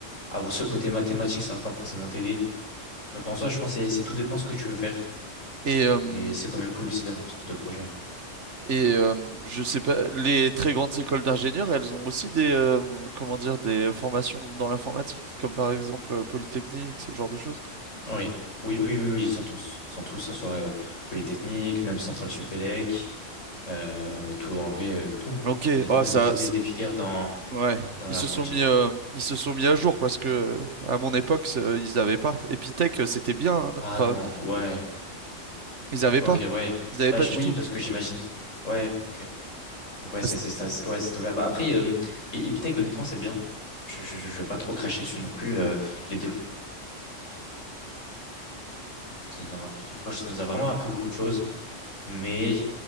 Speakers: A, on the left; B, on the right.
A: avoir ce côté mathématique, ça va pas forcément t'aider. Donc en soi, je pense que c'est c'est tout dépend ce que tu veux faire.
B: Et, euh,
A: Mais c'est quand même cool aussi d'avoir ce type de projet.
B: et euh, je sais pas, les très grandes écoles d'ingénieurs, elles ont aussi des, euh, comment dire, des formations dans l'informatique, comme par exemple euh, Polytechnique, ce genre de choses.
A: Oui. Oui, oui, oui, oui, ils sont tous. Ils sont tous, ça serait Polytechnique, même Centrale Supélec, euh, tout, en vrai, euh, tout. hein.
B: Ok,
A: Honnêtement,
B: Ah,
A: ils
B: ça,
A: ont tous des,
B: ça-
A: des filières dans,
B: Ouais,
A: dans
B: ils
A: l'informatique.
B: se sont mis, euh, ils se sont mis à jour parce que à mon époque, c'est- euh, ils n'avaient pas. Epitech, euh, c'était bien. hein.
A: Ah
B: Enfin,
A: non, ouais.
B: ils n'avaient
A: Ok,
B: pas.
A: ouais.
B: Ils n'avaient
A: Bah,
B: pas
A: je-
B: du
A: oui,
B: tout.
A: parce que j'imagine. Ouais, ok. Donc ouais, c'est
B: C'est-
A: c'est ça, c'est- ouais, c'est ouvert. Bah, après, euh, et, et Epitech, honnêtement, c'est bien. Je, je, je je veux pas trop cracher dessus non plus. euh, les deux, ça nous a appris, franchement, ça nous a vraiment appris beaucoup de choses. Mais